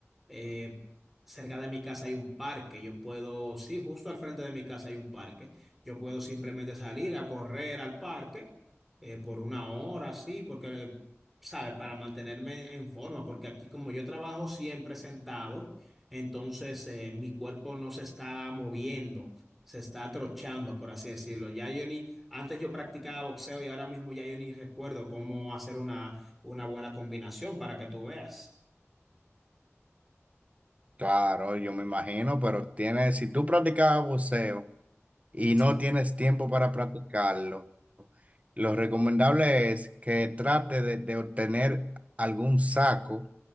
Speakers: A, in the centre; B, on the right (about 30°).
A: eh, cerca de mi casa hay un parque, yo puedo, sí, justo al frente de mi casa hay un parque, yo puedo simplemente salir a correr al parque eh, por una hora, sí, porque, ¿sabes? Para mantenerme en forma, porque aquí como yo trabajo siempre sentado, entonces eh, mi cuerpo no se está moviendo. Se está atrochando, por así decirlo. Ya yo ni, antes yo practicaba boxeo y ahora mismo ya yo ni recuerdo cómo hacer una, una buena combinación para que tú veas.
B: Claro, yo me imagino, pero tienes, si tú practicabas boxeo y
A: Sí,
B: no tienes tiempo para practicarlo, lo recomendable es que trate de, de obtener algún saco,